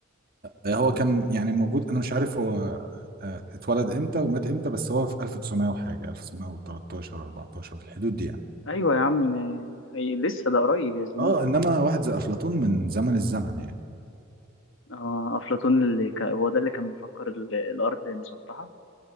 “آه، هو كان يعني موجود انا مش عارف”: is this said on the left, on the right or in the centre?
Right